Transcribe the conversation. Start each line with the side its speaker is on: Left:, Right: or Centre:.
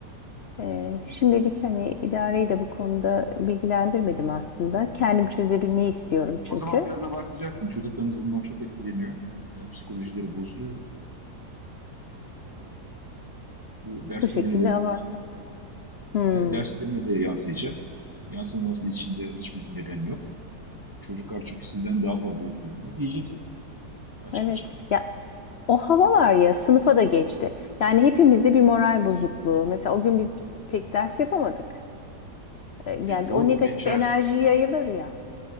Left: Ee, şimdilik hani idareyi de bu konuda bilgilendirmedim aslında. Kendim çözebilmeyi istiyorum çünkü.
Right: O zaman biraz abartacaksın. Çocuklarınız bundan çok etkileniyor. E, psikolojileri bozuluyor. E, Bu derslerine
Left: Bu şekilde
Right: de
Left: abartma.
Right: ya-
Left: Hmm,
Right: de- derslerine de yansıyacak. Yansımaması için de hiçbir neden yok. Çocuklar çünkü sizden daha fazla etkileniyor diyeceksin açık
Left: evet.
Right: açık.
Left: Ya O hava var ya sınıfa da geçti. Yani hepimizde bir moral bozukluğu. Mesela o gün biz pek ders yapamadık. E, Yani
Right: E, doğru
Left: o negatif
Right: geçer.
Left: enerji yayılır ya.